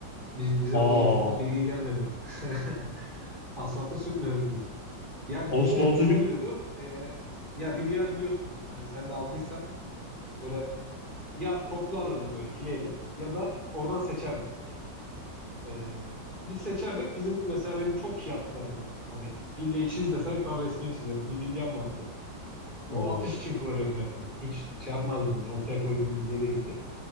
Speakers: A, on the right; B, on the left.
A: Biz, bize
B: Aa,
A: o inf- bilgi gelmedi. <laughs> Asfalta sürtmüyorduk biz. Yani
B: asfalta
A: bizde şu oluyordu.
B: bir...
A: e, ya bilyar biliyorsun. Hani sen de aldıysan böyle ya toplu alırdım böyle fileyle ya da oradan seçerdim. Ee, biz seçerdik. Bizim mesela benim çok iyi atlarım bak. Hani bilye çiz desen şu an resmini çizerim. Bir bilyem vardı. O
B: Aa.
A: atış için kullanıyordum hep onu. Hiç şey yapmazdım yani. Ortaya koyduğum bilye değildi.